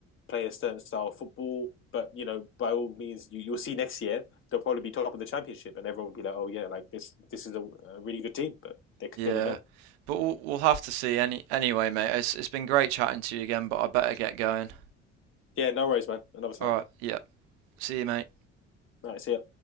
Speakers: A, on the left; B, on the right.
A: play a certain style of football. But you know, by all means, you, you'll see next year they'll probably be top of the championship, and everyone will be like, "Oh yeah, like this this is a, a really good team," but they're clearly
B: Yeah,
A: not.
B: but we'll, we'll have to see. Any anyway, mate. It's it's been great chatting to you again, but I better get going.
A: Yeah, no worries, man. Another time.
B: All right. Yeah. See you, mate.
A: Nice. Yeah.